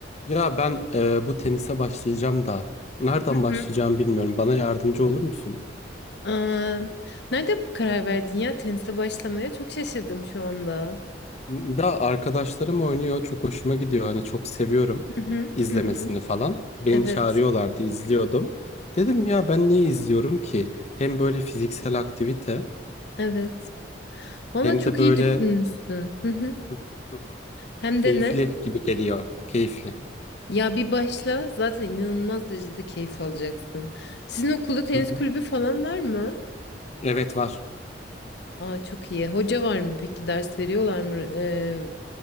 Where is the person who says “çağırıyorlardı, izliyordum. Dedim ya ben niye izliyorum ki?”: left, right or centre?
Left